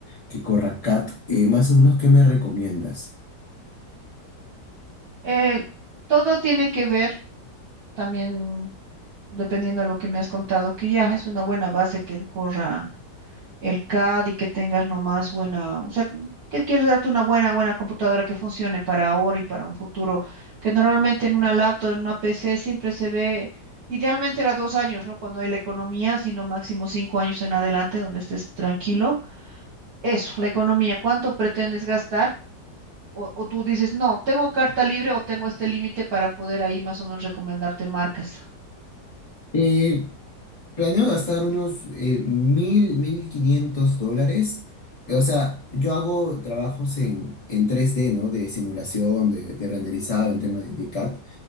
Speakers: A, on the left; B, on the right.
A: que corra CAD. Eh, más o menos, ¿qué me recomiendas?
B: El- todo tiene que ver también, dependiendo de lo que me has contado, que ya es una buena base que corra el CAD y que tengas nomás buena, o sea, que quieres darte una buena, buena computadora que funcione para ahora y para un futuro, que normalmente en una laptop, en una PC siempre se ve, idealmente era dos años, ¿no? Cuando hay la economía, sino máximo cinco años en adelante donde estés tranquilo. Eso, la economía, ¿cuánto pretendes gastar? O, o tú dices, no, tengo carta libre o tengo este límite para poder ahí más o menos recomendarte marcas.
A: Eh, planeo gastar unos eh, mil, mil quinientos dólares. Eh, O sea, yo hago trabajos en, en tres d ¿no? De simulación, de, de renderizado, en tema de, de CAD.